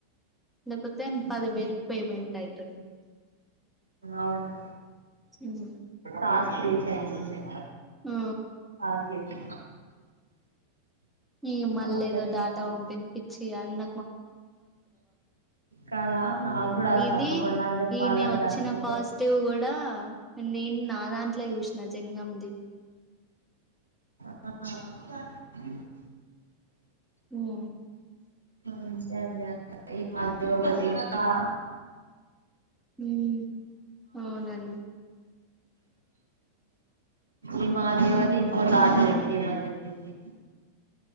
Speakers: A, in the centre; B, on the right (about 70°).
A: లేపోతే పదివేలు పేమెంట్ అయితుంది.
B: అవును
A: ఉమ్.
B: టాస్క్రీచ్ అయితుండే.
A: ఆ
B: టార్గెట్
A: ఎగ మల్ల
B: ఆమె అట్లనే
A: ఏదో
B: చేస్తుంది
A: డాటా పంపింది పిచ్చిది అన్న
B: కాదా నా కూడా అసల్
A: ఇది
B: చదువుకుండా అని చెప్పలా
A: ఈయన వచ్చిన
B: చదువులు
A: పాజిటివ్ కూడా నేన్ నా దాంట్లో యుషిన జన్గమ్ది
B: ఆ ఆ <unintelligible>
A: ఉమ్
B: అంతే అండి అంతే <unintelligible> దేవుకోసించుత ఆ
A: హ్మ్ అవునండి
B: ఈ మా ద్య వాళ్ళ ఇంకో చాజ్ <unintelligible> చేపియమని జేప్పింది